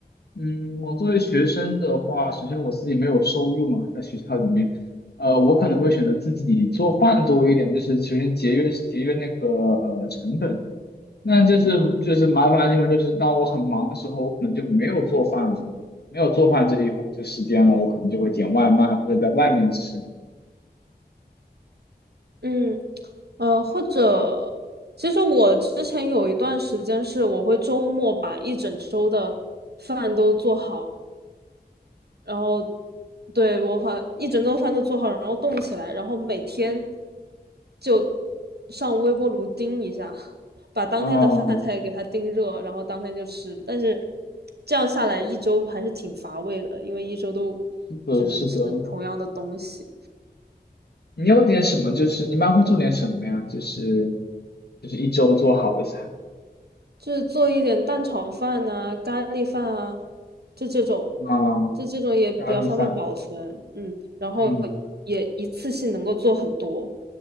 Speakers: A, on the left (about 70°); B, on the right (about 65°).
A: 嗯，我作为学生的话，首先我自己没有收入嘛，在学校里面，呃，我可能会选择自己做饭多一点，就是首先节约节约那个呃成本。那就是就是麻烦的地方就是，当我很忙的时候，我可能就没有做饭了，没有做饭这一会这时间了，我可能就会点外卖或者在外面吃。
B: 嗯，呃，或者其实我之前有一段时间是我会周末把一整周的饭都做好。然后对我把一整顿饭都做好，然后冻起来，然后每天就上微波炉叮一下，把当天的饭菜给它叮热，
A: 啊，
B: 然后当天就吃。但是这样下来一周还是挺乏味的，因为一周都
A: 是的，
B: 只能吃同样的东西。
A: 是的。你有点什么？就是你一般会做点什么呀？就是就是一周做好的菜
B: 就是做一点蛋炒饭呐、咖喱饭啊，就这种，
A: 啊，
B: 就这种也比较方便保存，
A: 咖喱饭，
B: 嗯，然后
A: 嗯。
B: 也一次性能够做很多，